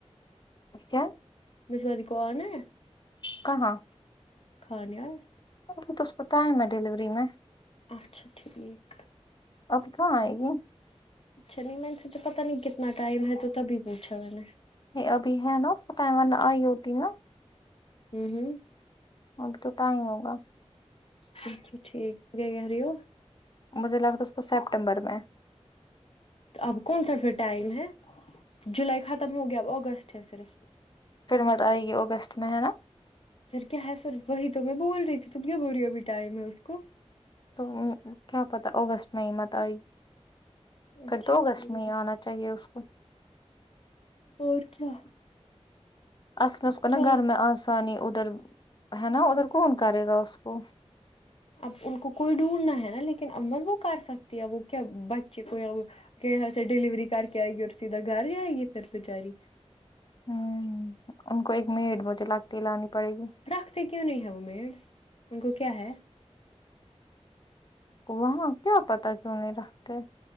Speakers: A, on the left; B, on the left.
A: اچھا
B: میںسوا جی کون ہے
A: کہاں
B: کھانے آے
A: اسکو تو سب پتہ ہے میں ڈیلیوری میں
B: اچھا ٹھیک
A: آب کہاں آئے گی
B: اچھا نہیں مجھے تو پتہ نہیں کتنا ٹائم ہے تو تبھی پوچھا میں نے
A: نہیں ابھی ہے نا اس کو ٹائم ورنہ آئی ہوتی نا
B: ہوں ہوں
A: ابھی تو ٹائم ہوگا
B: اچھا ٹھیک ہے کیا کہرہی ہو
A: مجھے لگتا اس کو سیپٹمبر میں
B: اب کون سا پھر ٹائم ہے جولائی ختم ہو گیا اب اگستٹ ہے صرف
A: پھر بعد آئے گی وہ اگست میں ہے نا
B: پھر کیا ہے پھر وہی تو میں بول رہی تھی تم کیا بول رہی ہو ابھی ٹائم ہے اس کو
A: تو کیا پتا اگست میں ہی مت آئی
B: اچھا
A: پھر تو اگست
B: ٹھیک
A: میں ہی آنا چاہیے اس کو
B: اور کیا
A: اصل اس
B: اچھا
A: کو نا گھر میں آسانی ادھر ہے نا ادھر کون کرے گا اس کو
B: اب ان کو کوئی ڈھونڈنا ہے نا لیکن عمل وہ کر سکتی ہے ا وہ کیا بچے کوئی ا کہ یہاں سے ڈلیوری کر کے آئے گی اورسیدھا گھر جائیگی گی پھر بچاری
A: ہوں ان کو ایک میڈ مجھے الگ دلانی پڑے گی
B: رکھتے کیوں نہیں ہے وہ میڈ ان کو کیا ہے
A: وہاں کیا پتا کیوں نہیں رکھتے